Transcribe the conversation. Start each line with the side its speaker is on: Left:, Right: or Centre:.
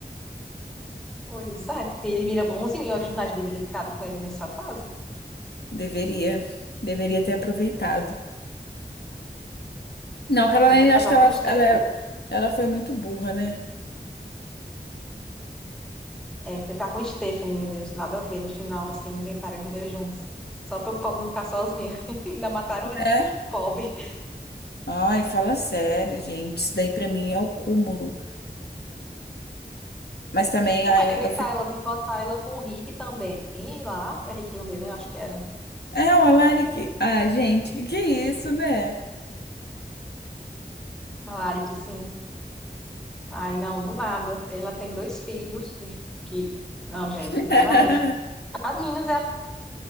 Centre: pois é. Ele vira bonzinho em originais, deveria ter ficado com ele nessa fase.
Left: Deveria, deveria ter aproveitado. Não, Caroline,
Centre: Aí foi
Left: acho
Centre: casar
Left: que ela,
Centre: com Stephanie.
Left: ela, é- ela foi muito burra, né?
Centre: É, foi ficar com Stephanie, meu Deus, nada a ver. No final, assim, inventaram os dois juntos. Só para o pobre não ficar sozinho. <laughs> Ainda mataram
Left: Né?
Centre: ele. Pobre.
Left: Ai, fala sério, gente. Isso daí pra mim é o cúmulo. Mas também,
Centre: Não,
Left: ai,
Centre: é inventar
Left: eu fico.
Centre: ela de botar ela com o Rick também E lá. É Rick o nome dele, né? Eu acho que era.
Left: É, o Alaric. Ai, gente, que que é isso, né?
Centre: A Lari, que sim. Ai, não, do nada. Ela tem dois filhos que. Não, gente,
Left: <laughs>
Centre: sinceramente. As meninas, é-